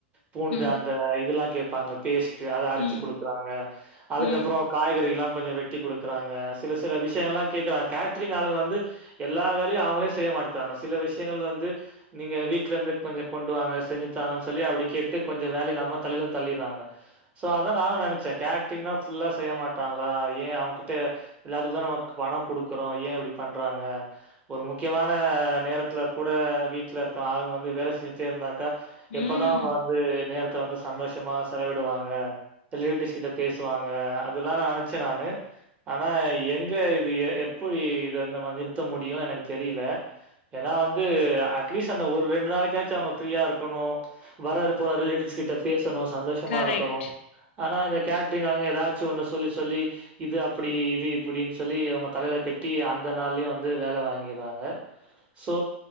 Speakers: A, on the right; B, on the left.
A: பூண்டு
B: ம்.
A: அந்த இதுலா கேப் ப்பங்க பேஸ் த்து அத அரச்சு
B: ம்.
A: குடுக்குறாங்க அதுக்கப்புறோம்
B: ம்.
A: காய்கறிகலாம் கொஞ்சோ வெட்டி குடுக்குறாங்க சில சில விஷயங்களா கேக்குறாங்க கேட்ரிங் ஆளுங்க வந்து எல்லா வேலையும் அவங்களே செய்ய மாட்டுகுறாங்க சில விஷ்யங்கள்ல வந்து நீங்க வீட்ல இருந்து கொஞ்ச கொண்டு வாங்க செஞ்சுத்தா சொல்லி அப்டி கேட்டு கொஞ்சம வேல நம்ம தலையில தள்ளிட்றாங்க சோ அதா நானும் நனைச்சேன் க டீன்னா ஃபுல்லா செய்ய மாட்டாங்களா ஏன் அவங்க கிட் ட எல்லாத்துக்குதா நம்மக் பணம் குடுக் குறோம் ஏன் இப்டி பண்றாங்க ஒரு முக் அ நேரத்ல கூட வீட்ல இருக்க ஆளுங்க வந்து வேல செஞ்சிட்டேந்தா கா எப்பதான்
B: ம்.
A: அவங்க வந்து நேரத் த்த வந்து சந்தோஷமா செலவிடுவாங்க த லேடிஸ் கிட்ட பேஸ் சொல்வாங்க அதுல்லா நெனச்சி நானு ஆனா எங் இது எப்படி இதை வந்து நிறுத்த முடியும் எனக்கு தெரியில்ல ஏன்னா வந்து அட் அட்லீஸ்ட் அந்த ஒரு ரெண்டு நாளைக்காச்சு அவங்க ஃப்ரீயா இருக்கணு வர்ற போற ரிலேட்டிவ்ஸ் கிட்ட பேசணு சந்தோஷமா
B: கரெக்ட்.
A: இருக்கணு ஆனா இந்த கேட் டரிங் ஆளுங்க எதாச்சு ஒன்னு சொல்லி சொல்லி இது அப்படி இது இப்படின்னு சொல்லி அவங்க தலையில கட்டி அந்த நாள்லயு வந்து வேலை வாங்கி சோ